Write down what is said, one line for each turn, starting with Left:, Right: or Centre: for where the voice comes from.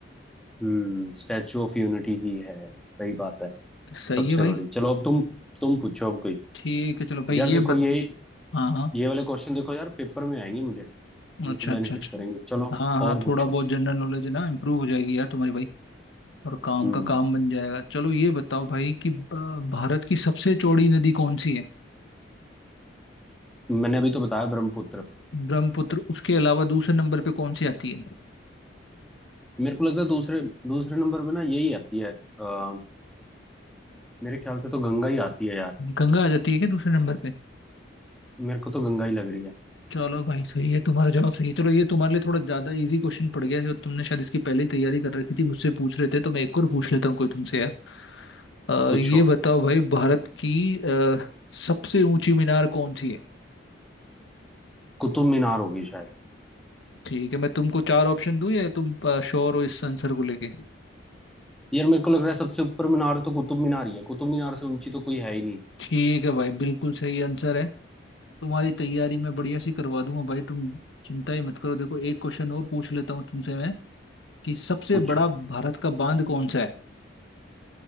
Centre: हम्म स्टैच्यू ऑफ यूनिटी ही है सही बात है
Left: तो सही
Centre: सबसे
Left: है भाई
Centre: बड़ी चलो अब तुम तुम पूछो अब कोई
Left: ठीक है चलो भाई
Centre: यार
Left: ये
Centre: देखो
Left: बत
Centre: ये
Left: हाँ हाँ
Centre: ये वाले क्वेश्चन देखो यार पेपर में आएंगे मुझे ये
Left: अच्छा
Centre: तो बेनिफिट
Left: अच्छा अच्छा
Centre: करेंगे चलो
Left: हाँ हाँ
Centre: और पूछो
Left: थोड़ा बहुत जनरल नॉलेज है ना इम्प्रूव हो जाएगी यार तुम्हारी भाई और काम
Centre: हम्म
Left: का काम बन जाएगा चलो ये बताओ भाई कि अ, भारत की सबसे चौड़ी नदी कौन सी है
Centre: मैंने अभी तो बताया ब्रह्मपुत्र
Left: ब्रह्मपुत्र उसके अलावा दूसरे नंबर पे कौन सी आती है
Centre: मेरे को लगता है दूसरे दूसरे नंबर पे ना यही आती है आ, मेरे ख्याल से तो गंगा ही आती है यार
Left: गंगा आ जाती है क्या दूसरे नंबर पे
Centre: मेरे को तो गंगा ही लग रही है
Left: चलो भाई सही है तुम्हारा जवाब सही है चलो ये तुम्हारे लिए थोड़ा ज्यादा इजी क्वेश्चन पड़ गया है, जो तुमने शायद इसकी पहले ही तैयारी कर रखी थी मुझसे पूछ रहे थे तो मैं एक और पूछ लेता हूँ कोई तुमसे यार अ,
Centre: पूछो
Left: ये बताओ भाई भारत की अ, सबसे ऊंची मीनार कौन सी है
Centre: कुतुब मीनार होगी शायद
Left: ठीक है मैं तुमको चार ऑप्शन दूं या तुम अ, श्योर हो इस आंसर को लेके
Centre: यार मेरे को लग रहा है सबसे ऊपर मीनार तो कुतुब मीनार ही है कुतुब मीनार से ऊंची तो कोई है ही नहीं
Left: ठीक है भाई बिल्कुल सही आंसर है तुम्हारी तैयारी मैं बढ़िया सी करवा दूंगा भाई तुम चिंता ही मत करो देखो एक क्वेश्चन और पूछ लेता हूँ तुमसे मैं कि सबसे
Centre: पूछो
Left: बड़ा भारत का बांध कौन सा है